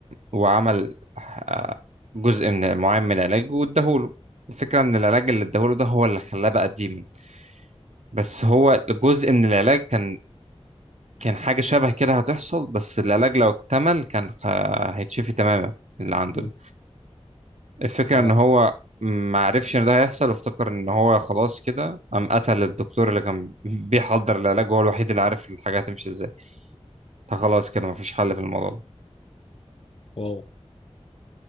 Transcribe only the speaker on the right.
وعمل آه، جزء من معين من العلاج واداهوله الفكرة ان العلاج اللي اداهوله ده هو اللي خلاه بقى ديمن بس هو جزء من العلاج كان كان حاجة شبه كده هتحصل بس العلاج لو اكتمل كان خ- هيتشفي تماما اللي عنده
ده. الفكرة
ان هو ما عرفش ان ده هيحصل وافتكر ان هو خلاص كده قام قتل الدكتور اللي كان بيحضر العلاج هو الوحيد اللي عارف الحاجة هتمشي ازاي فخلاص كده مفيش حل في الموضوع ده